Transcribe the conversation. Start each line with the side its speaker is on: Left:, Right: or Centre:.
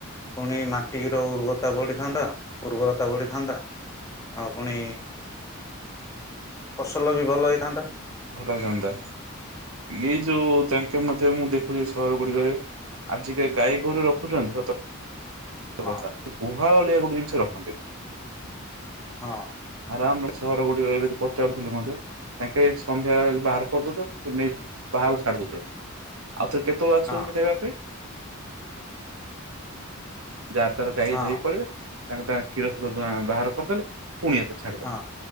Left: ପୁଣି ମାଟିର ଉର୍ବତା ବଢି଼ଥାନ୍ତା ଉର୍ବରତା ବଢି଼ଥାନ୍ତା। ଆଉ ପୁଣି ଫସଲ ବି ଭଲ ହେଇଥାନ୍ତା।
Right: ଭଲ ହେଇଥାନ୍ତା ଏ ଯୋଉ ତାଙ୍କେ ମଧ୍ୟ ମୁଁ ଦେଖୁଚି ସହର ଗୁଡ଼ିକରେ ଆଜିକେ ଗାଈ ଗୋରୁ ରଖୁଚନ୍ତି ସତ
Left: ହଁ
Right: କଥା ତୁ ଗୁହାଳ ଅଲିଆ ଗୋଟେ ଜିନିଷ ରଖନ୍ତି।
Left: ହଁ।
Right: ରାମ ସହର ଗୁଡ଼ିକ ଏବେତି ପଚାରୁଥୁଲି ମଧ୍ୟେ। ତାଙ୍କେ ସନ୍ଧ୍ୟା ଏ ବାହାର କରିଦଉଚନ୍ତି ତୁ ନେଇ ବାହାକୁ ଛାଡ଼ି ଦଉଚନ୍ତି। ଆଉ ଥରେ କେତୋଳୁ ଆସୁଚନ୍ତି
Left: ହଁ
Right: ନେବା ପାଇଁ? ଯାହାର ତାର ଗାଈ
Left: ହଁ
Right: ଧଇ ପଳେଇବେ ତାଙ୍କ ତା କ୍ଷୀର ଫୀର ଦୁହାଁ ବାହାର କରିଦେଲେ ପୁଣି ଆଉ ଥରେ ଛାଡ଼ି ଦେଲେ
Left: ହଁ